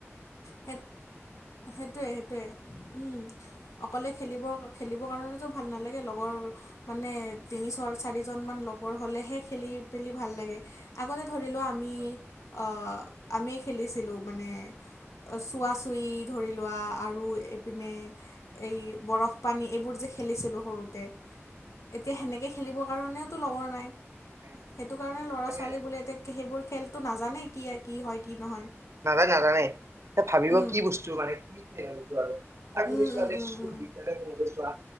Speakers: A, on the left; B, on the right.
A: সেই সেইটোৱে সেইটোৱে উম অকলে খেলিব খেলিবৰ কাৰণে ভাল নালাগে লগৰ মানে তিনি ছয় চাৰিজনমান লগৰ হ'লেহে খেলি মেলি ভাল লাগে আগতে ধৰি লোৱা আমি
B: হয় হয়।
A: অ আমি খেলিছিলোঁ মানে চোৱা চুই ধৰি লোৱা আৰু ইপিনে
B: উম উম
A: এই বৰফ পানী এইবোৰ যে খেলিছিলোঁ সৰুতে
B: উম
A: এতিয়া
B: উম
A: সেনেকে খেলিবৰ কাৰণে লগৰ নাই
B: নাই নাই
A: সেইটো কাৰণে ল'ৰা
B: একদমেই
A: ছোৱালী
B: নাই।
A: বোলে এতিয়া সেইবোৰ খেলতো নাজানে কি কি হয় কি নহয়।
B: নাজানে নাজানে ভাবিব
A: উম
B: কি বস্তু মানে কি খেল এইটো আৰু আৰু তুমি
A: উম
B: চোৱা
A: উম
B: দেই,
A: উম
B: স্কুল
A: উম
B: বিদ্যালয়খনতে চোৱা